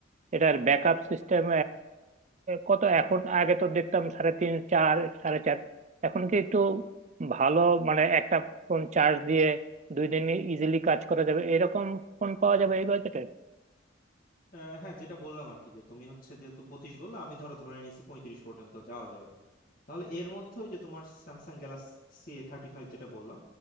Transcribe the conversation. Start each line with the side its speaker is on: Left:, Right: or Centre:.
Right: এটার ব্যাকআপ সিস্টেম কত এখন আগে তো দেখতাম সাড়ে তিন চার সাড়ে চার এখন কি একটু ভালো মানে একটা ফোন চার্জ দিয়ে দুই দিন ইজিলি কাজ করা যাবে এরকম ফোন পাওয়া যাবে এই বাজেটে
Left: আহ, হ্যাঁ যেটা বললাম আর কি যে তুমি হচ্ছে যেহেতু পঁচিশ বললা আমি ধরো ধরে নিছি পঁয়ত্রিশ পর্যন্ত যাওয়া যাবে তাহলে এর মধ্যে ওই যে তোমার স্যামসাং গ্যালাক্সি এ থার্টি ফাইভ যেটা বললাম